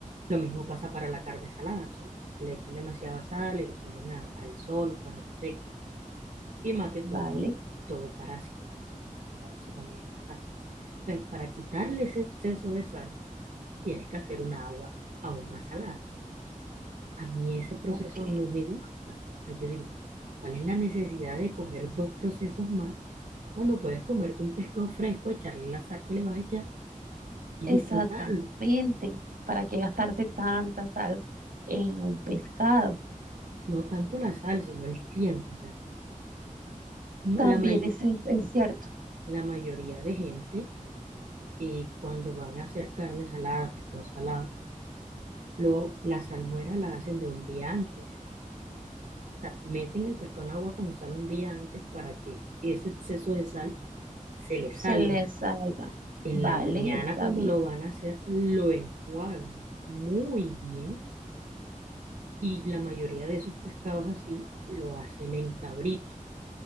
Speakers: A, on the right; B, on the right.
A: lo mismo pasa para la carne salada. O sea, se le echan demasiada sal y le ponen a- al sol para que seque y mate todo,
B: Vale,
A: todo parásito, porque para eso también es la sal. Entonces, para quitarle ese exceso de sal, tienes que hacer una agua aún más salada. A mí ese proceso
B: ok,
A: no me gusta. O sea, yo digo, ¿cuál es la necesidad de coger dos procesos más cuando puedes comerte un pescado fresco, echarle la sal que le vas a echar y
B: exactamente.
A: disfrutarlo?
B: ¿Para qué gastarte tanta sal en un pescado?
A: No tanto la sal, sino el tiempo. O sea, ma-
B: También
A: la mayo-
B: es, es cierto,
A: la mayoría de gente eh, cuando van a hacer carne salada, pescado salado, lo, la salmuera la hacen de un día antes. O sea, meten el pescado en agua con sal un día antes para que ese exceso de sal se le salga.
B: se le salga.
A: En
B: Vale,
A: la mañana
B: está
A: cuando
B: bien.
A: lo van a hacer, lo enjuagan muy bien y la mayoría de esos pescados así lo hacen en cabrito.